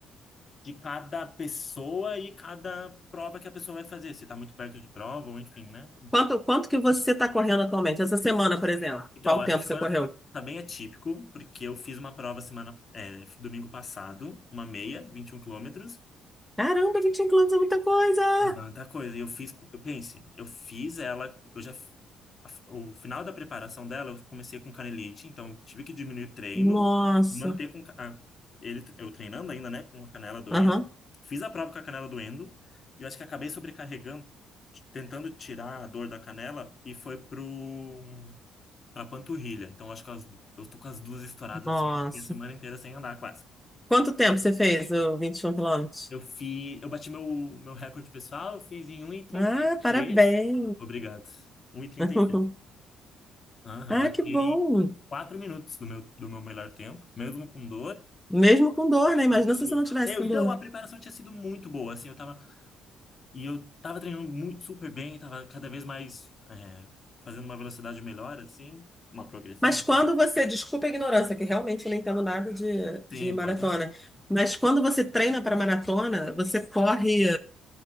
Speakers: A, on the left; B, in the centre.
A: de cada pessoa e cada prova que a pessoa vai fazer, se está muito perto de prova ou enfim, né?
B: Quanto, quanto que você está correndo atualmente? Essa semana, por exemplo.
A: Então,
B: Qual
A: essa
B: tempo
A: semana
B: você correu?
A: tá bem atípico, porque eu fiz uma prova semana, é, domingo passado, uma meia, 21 quilômetros,
B: Caramba, 21 quilômetros é muita coisa!
A: É muita coisa. E eu fiz, co- eu pense, eu fiz ela, eu já, a- o final da preparação dela, eu comecei com canelite, então eu tive que diminuir o treino
B: Nossa.
A: e manter com ca- a, ele, eu treinando ainda, né, com a canela doendo.
B: Aham.
A: Fiz a prova com a canela doendo e eu acho que acabei sobrecarregando, t- tentando tirar a dor da canela e foi pro pra panturrilha. Então eu acho que as du- eu tô com as duas estouradas
B: Nossa.
A: assim que eu fiquei a semana inteira sem andar quase.
B: Quanto tempo
A: Então,
B: você fez o 21 quilômetros?
A: eu fiz, eu bati meu, meu recorde pessoal, eu fiz em um e trinta
B: Ah,
A: e
B: parabéns.
A: três. Obrigado. Um 1h33.
B: <laughs>
A: Aham,
B: Ah,
A: bati
B: que bom.
A: 4 minutos do meu, do meu melhor tempo, mesmo com dor.
B: Mesmo com dor, né? Imagina
A: mesmo com
B: se
A: dor.
B: você não tivesse
A: Eu,
B: com
A: então,
B: dor.
A: a preparação tinha sido muito boa, assim, eu tava, e eu tava treinando muito, super bem, tava cada vez mais, é, fazendo uma velocidade melhor, assim, uma progressão.
B: Mas quando você, desculpa a ignorância, que realmente eu não entendo nada de, de
A: Sim,
B: maratona,
A: pode.
B: mas quando você treina para maratona, você corre